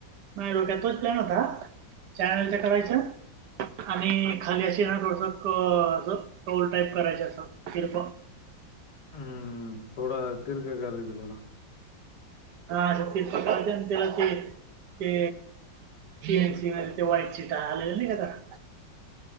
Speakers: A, on the right; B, on the left.
A: नाही रडोक्या तोच प्लॅन होता चॅनलच्या करायचा आणि खाली ना थोडसं अस टोल टाईप करायचे असं तिरक
B: हम्म थोडा तीरक घालायचं जरा
A: हा असं तेच पकारच त्याला ते ते सीएनसी ते व्हाईट शीट आलेलं नाही काता.